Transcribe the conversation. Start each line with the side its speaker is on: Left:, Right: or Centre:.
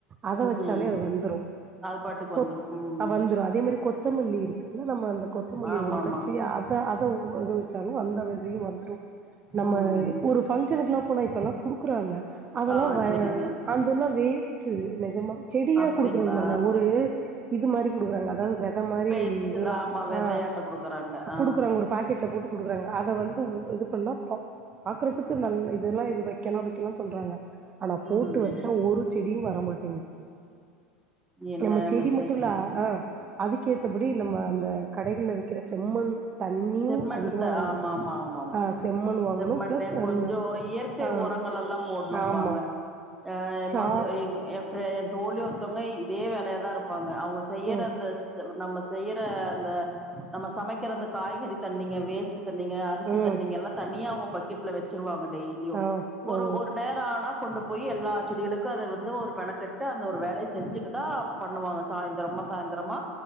Right: அத
Centre: ம்
Right: வச்சாலே அது வந்துரூம்
Centre: அது பாட்டுக்கு
Right: கொத்
Centre: வந்துரு ம்
Right: வந்துரூம் அதே மாரி கொத் தமல்லி இருக்குல நம்ம அந்த கொத்தமல்லி
Centre: ஆமா
Right: ஒடச்சி
Centre: ஆமா
Right: அத அத ம் அது வச்சாலும் வந்த விதையும் வந்துரூம் நம்ம
Centre: ம்
Right: ஒரு பங்க்ஷனுக்கெல்லாம் போன இப்பல்லா குடுக்குறாங்க
Centre: ஆ செரிங்க
Right: ஆ அந்தெல்லாம் வேஸ்ட்டு நெஜமா செடியா
Centre: அப்டிங்களா
Right: குடுக்குறது இல்லங்க ஒரு இது மாரி குடுக்குறாங்க அதாவது இந்த மாரி
Centre: பென்சில்
Right: இதுல
Centre: ஆமா வெதையாட்ட
Right: ஆ
Centre: குடுக்குறாங்க ஆ
Right: குடுக்குறாங்க ஒரு பாக்கெட்ல போட்டு குடுக்குறாங்க அத வந்து இது பண்ணா பாக்குறதுக்கு நல்ல இதெல்லா இது வைக்கலா வைக்கலான்னு சொல்றாங்க ஆனா போட்டு
Centre: ம்
Right: வச்சா ஒரு செடியும் வரமாட்டேங்குது
Centre: என்ன
Right: நம்ம செடி
Centre: மிஸ்டேக்ன்னு
Right: மட்டும் இல்ல ஆ அதுக்கேத்தபடி நம்ம ஆ கடைகள்ல விக்கிற செம்மண் தண்ணியும்
Centre: செம்மண்ணுத்தை
Right: அதிகமா ஓடும்
Centre: ஆமா ஆமா ஆமா
Right: ஆ செம்மண் வாங்கணு
Centre: செம்மண்லே
Right: பிளஸ் அந்த
Centre: கொஞ்சம் இயற்கை
Right: ஆ
Centre: ஒரங்கள் எல்லாம் போடணும்பாங்க
Right: ஆமா
Centre: அ
Right: சா
Centre: மது ஏ ஏன் ஃப்ரெ ஏன் தோழி ஒருத்தவங்க இதே வேலயா தான் இருப்பாங்க அவுங் செய்யர
Right: ம்
Centre: அந்த நம்ம செய்யற அந்த நம்ம சமைக்கிற அந்த காய்கறி தண்ணிங்க வேஸ்ட்டு தண்ணீங்க அரிசி
Right: ம்
Centre: தண்ணீங்க எல்லாம் தனியா அவுங் பக்கெட்ல வச்சிருவாங்கன் டெய்லியும்
Right: ஆ
Centre: ஒரு
Right: ஓ
Centre: ஒரு நேரம் ஆனா கொண்டு போய் எல்லா செடிகளுக்கு அத வந்து ஒரு மெனக்கெட்டு அந்த ஒரு வேலய செஞ்சுட்டு தா பண்ணுவாங்க சாயிந்துரமா சாயிந்துரமா